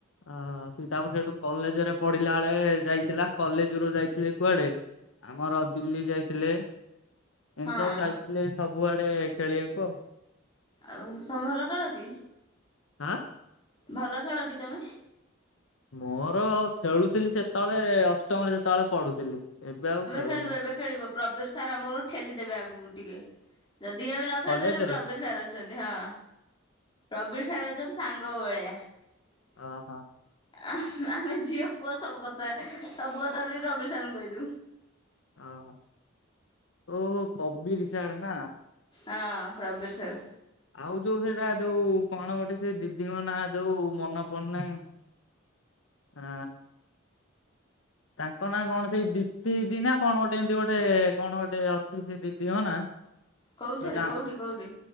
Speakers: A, on the left (about 70°); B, on the left (about 25°).
A: ଓ ସିଏ ତାପରେ ସେଇଠୁ କଲେଜ ରେ ପଢିଲା ବେଳେ ଯାଇଥିଲା। କଲେଜରୁ ଯାଇଥିଲେ କୁଆଡେ ଆମର ଦିଲ୍ଲୀ ଯାଇଥିଲେ ଏମତି
B: ହଁ
A: ସବୁ ଯାଇଥିଲେ ସବୁଆଡେ ଖେଳିବାକୁ ଆଉ।
B: ଆଉ ତମ ଖେଳ କି?
A: ଆଁ?
B: ଭଲ ଖେଳ କି ତମେ?
A: ମୋର ଖେଳୁଥିଲି ସେତବେଳେ ଅସ୍ ଷ୍ଟମରେ ଯେତେବେଳେ ପଢ଼ୁଥିଲି। ଏବେ ଆଉ ଖେଳୁନାହିଁ।
B: ଖେଳିବ ଏବେ ଖେଳିବ ପ୍ରବୀର ସାର୍ ଆମକୁ ଠେଲି ଦେବେ ଆଗକୁ ଟିକେ। ଯଦି ବି ଏବେ ନ ଖେଳିପାରିବ
A: କଲେଜରେ
B: ପ୍ରବୀର ସାର୍ ଅଛନ୍ତି। ହଁ। ପ୍ରବୀର ସାର୍ ଅଛନ୍ତି ସାଙ୍ଗ ଭଳିଆ
A: ଅ ହଁ।
B: ଆ ଆମେ ଝିଅ ପୁଅ ସବୁ କଥା, ସବୁ କଥା ରବି ସାରଙ୍କୁ କହିଦଉ।
A: ଅହୋ ଓହୋ ପବିର୍ ସାର ନା।
B: ହଁ ପ୍ରବୀର୍ ସାର୍।
A: ଆଉ ଯୋଉ ସେଇଟା ଯୋଉ କଣ ଗୋଟେ ସେ ଦିଦିଙ୍କ ନା ଯୋଉ ମନେ ପଡ଼ୁନାଇଁ ଆ ତାଙ୍କ ନାଁ କଣ ସେଇ ଦିପି ଦିଦି ନା କଣ ଗୋଟେ ଏମତି ଗୋଟେ କଣ ଗୋଟେ ଅଛି ସେ ଦିଦିଙ୍କ ନାଁ ଝିଅଟା
B: କୋଉଥିରେ କୋଉଠି କୋଉଠି